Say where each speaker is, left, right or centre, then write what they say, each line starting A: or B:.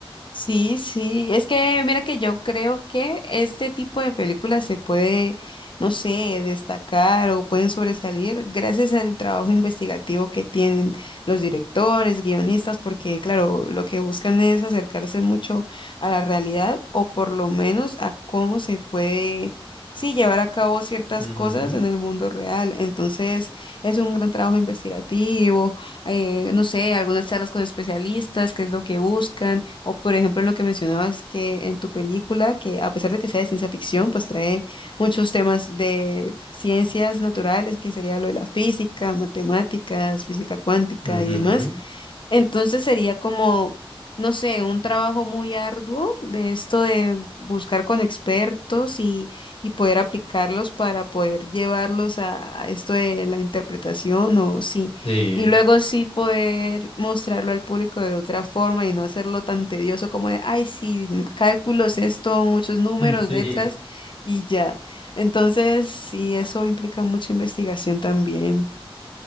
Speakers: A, on the left; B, on the left.
A: Sí, sí, es que mira que yo creo que este tipo de películas se puede, no sé, destacar o pueden sobresalir gracias al trabajo investigativo que tienen los directores, guionistas, porque claro, lo que buscan es acercarse mucho a la realidad o por lo menos a cómo se puede, sí, llevar a cabo ciertas
B: Ujú,
A: cosas en el mundo real. Entonces, es un gran trabajo investigativo, eh, no sé, algunas charlas con especialistas, qué es lo que buscan o por ejemplo, en lo que mencionabas que en tu película, que a pesar de que sea de ciencia ficción, pues trae muchos temas de ciencias naturales, que sería lo de la física, matemáticas, física cuántica
B: ujú,
A: y demás. Entonces sería como, no sé, un trabajo muy arduo de esto de buscar con expertos y, y poder aplicarlos para poder llevarlos a, a esto de la interpretación o sí.
B: sí,
A: Y luego sí poder mostrarlo al público de otra forma y no hacerlo tan tedioso como de, ay, sí, cálculos, esto, muchos números,
B: <laughs> sí.
A: letras y ya. Entonces, sí, eso implica mucha investigación también.